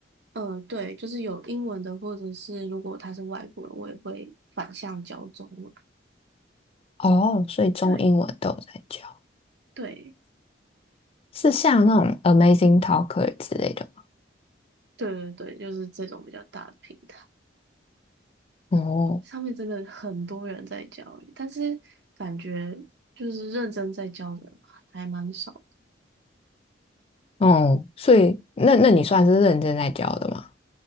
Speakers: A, on the right; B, on the left.
A: 嗯，对，就是有英文的，或者是如果他是外国人，我也会反向教中文，
B: 哦，所以中英文都有在教，
A: 对，对，
B: 是像那种 Amazing Talker 之类的吗？
A: 对对对，就是这种比较大的平台。
B: 哦，
A: 上面真的很多人在教欸但是感觉就是认真在教的人还蛮少的
B: 哦，所以那那你算是认真在教的吗？